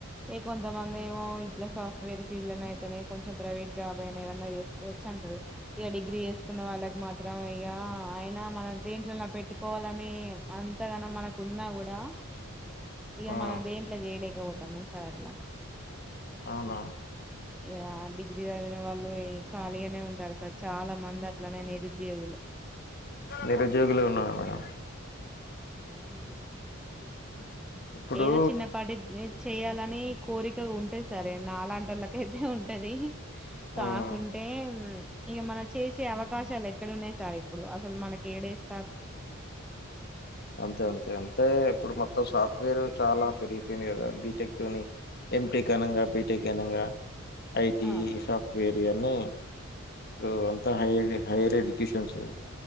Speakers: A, in the centre; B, on the left.
A: ఇగ కొంతమంది ఏమో ఇట్లా సాఫ్ట్వేర్ ఫీల్డ్ అయితేనే కొంచెం ప్రైవేట్ జాబ్ అయినా ఏదైనా చేసుకోవచ్చు అంటారు ఇగ డిగ్రీ చేసుకున్న వాళ్ళకి మాత్రం ఇగ అయినా మన దేంట్లో పెట్టుకోవాలని అంతగానం మనకు ఉన్నా కూడా ఇగ
B: ఆ
A: మనం దేంట్ల చేయలే పోతం కదా సార్ అట్లా
B: అవునా
A: ఇగ డిగ్రీ చదివిన వాళ్ళు ఖాళీగానే ఉంటారు సార్ చాలా మంది అట్లనే నిరుద్యోగులు
B: నిరుద్యోగులే ఉన్నారా మేడం
A: <inaudible>
B: ఇప్పుడు
A: ఏదో చిన్నపాటి చేయాలని కోరికగ ఉంటది సార్ ఇగ నాలాంటోళ్ళకైతే ఉంటది కాకుంటే
B: ఆ
A: ఇగ మనం చేసే అవకాశాలు ఎక్కడ ఉన్నాయి సార్ ఇప్పుడు అసలు మనకి ఏడేస్
B: అంతే అంతే అంతే ఇప్పుడు మొత్ సాఫ్ట్వేర్ చాలా పెరిగిపోయింది కదా బీటెక్ తోని ఎటెక్ అనగా బీటెక్ అనగా ఐటి
A: అవును
B: సాఫ్ట్వేర్ ఇయ్ అన్ని డు అంత హైర్ హైరడి కిషన్ సార్